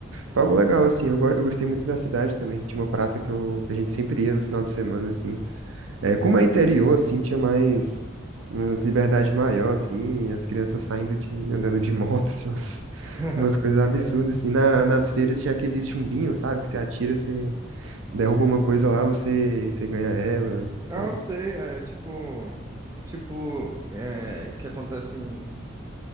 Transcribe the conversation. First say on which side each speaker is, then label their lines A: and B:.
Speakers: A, on the right; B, on the right.
A: foi algo legal, assim. Eu, go- eu gostei muito da cidade também. Tinha uma praça que, eu, que a gente sempre ia no final de semana, assim. É, como é interior, assim, tinha mais umas liberdade maior, assim, as crianças saindo de, andando de motos, <laughs> umas,
B: <laughs>
A: umas coisas absurdas, assim, na, nas feiras tinha aqueles chumbinhos, sabe, que você atira, você derruba uma coisa lá, você, você ganha ela,
B: Ah,
A: é.
B: eu sei, é tipo. Tipo, é, que acontece em,